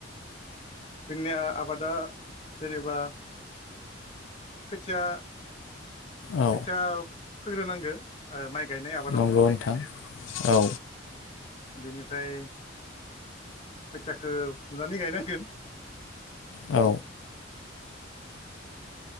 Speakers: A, on the left; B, on the left.
A: जोंनिया आबादा जेनेबा खोथिया
B: औ
A: खोथिया फोग्रो नांगो माइ गायनाय आबादाव
B: नंगौ नोंथां औ
A: बेनिफ्राय खोथियाखो फुनानै गायनांगोन।
B: औ
A: <unintelligible>